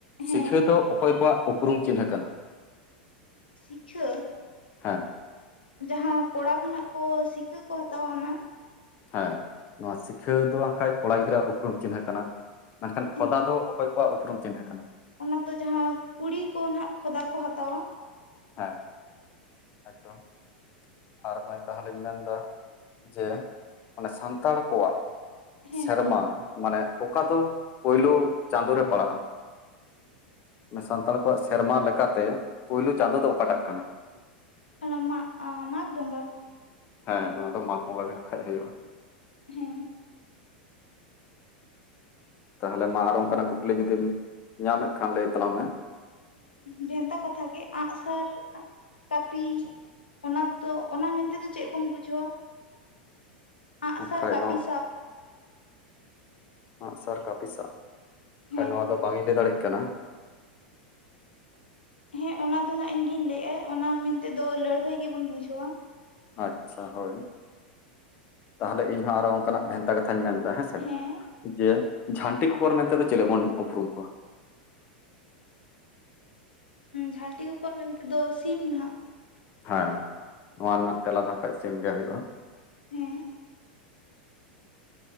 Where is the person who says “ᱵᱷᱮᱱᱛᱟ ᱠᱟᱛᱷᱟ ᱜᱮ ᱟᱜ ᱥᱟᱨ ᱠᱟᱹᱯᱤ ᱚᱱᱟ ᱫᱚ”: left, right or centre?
Left